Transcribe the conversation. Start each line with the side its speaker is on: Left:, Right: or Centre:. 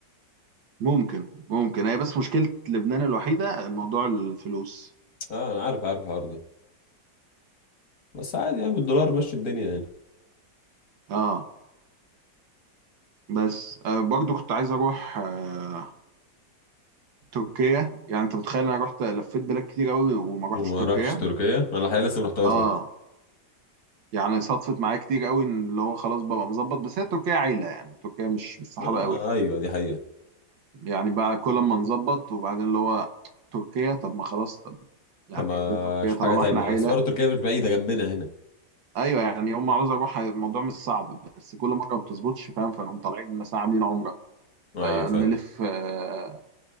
Right: ممكن ممكن هي بس مشكله لبنان الوحيده موضوع الفلوس
Left: اه انا عارف عارف الحوار ده بس عادي يعني بالدولار ماشي الدنيا يعني
Right: اه بس آه برضه كنت عايز اروح آه تركيا يعني انت متخيل انا رحت لفيت بلاد كتير قوي وما رحتش
Left: وما
Right: تركيا
Left: رحتش تركيا انا الحقيقه لسه ما رحتهاش
Right: اه
Left: برضه
Right: يعني صدفت معايا كتير قوي ان اللي هو خلاص ببقى مظبط بس هي تركيا عيله يعني تركيا مش مش صحابه
Left: آه
Right: قوي يعني
Left: ايوه دي حقيقه
Right: يعني بقى كل ما نظبط وبعدين اللي هو تركيا طب ما خلاص طب يعني
Left: طب ما
Right: ليه تركيا
Left: اشوف
Right: طالما
Left: حاجه تانية
Right: احنا عيله
Left: اصل برضه تركيا مش بعيده جنبنا هنا
Right: ايوه يعني هم عاوز اروح الموضوع مش صعب بس كل مره ما بتظبطش فاهم فنقوم طالعين مثلا عاملين عمره
Left: ايوه
Right: آه
Left: فاهم
Right: نلف آه